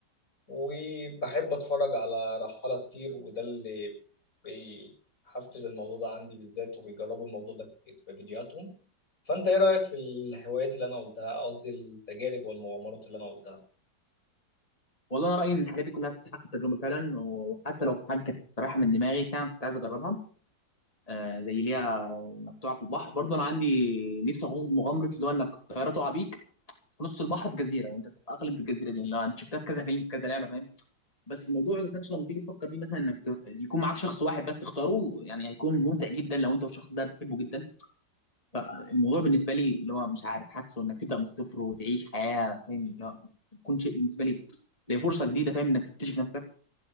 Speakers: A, on the left; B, on the left.
A: وبحب اتفرج على رحالة كتير وده اللي بيحفز الموضوع ده عندي بالذات وبيجربوا الموضوع ده كتير في فيديوهاتهم فانت ايه رأيك في الهوايات اللي انا قلتها قصدي التجارب والمغامرات اللي انا قلتها
B: والله انا رايي ان الحاجات دي كلها تستحق التجربه فعلا وحتى لو حاجه كانت رايحه من دماغي فعلا كنت عايز اجربها آه زي ليها انك تقع في البحر برضه انا عندي نفسي اخوض مغامره اللي هو انك الطياره تقع بيك في نص البحر في جزيره وانت بتتاقلم في الجزيره دي اللي هو انت شفتها في كذا فيلم في كذا لعبه فاهم بس الموضوع اللي كانش لما تيجي تفكر فيه مثلا انك ت- يكون معاك شخص واحد بس تختاره يعني هيكون ممتع جدا لو انت والشخص ده بتحبه جدا فالموضوع بالنسبه لي اللي هو مش عارف حاسه انك تبدا من الصفر وتعيش حياه فاهم اللي هو يكون شيء بالنسبه لي زي فرصه جديده فاهم انك تكتشف نفسك